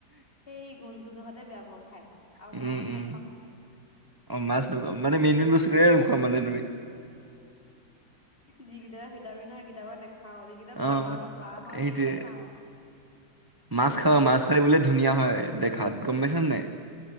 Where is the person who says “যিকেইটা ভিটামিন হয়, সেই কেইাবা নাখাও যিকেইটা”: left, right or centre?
Left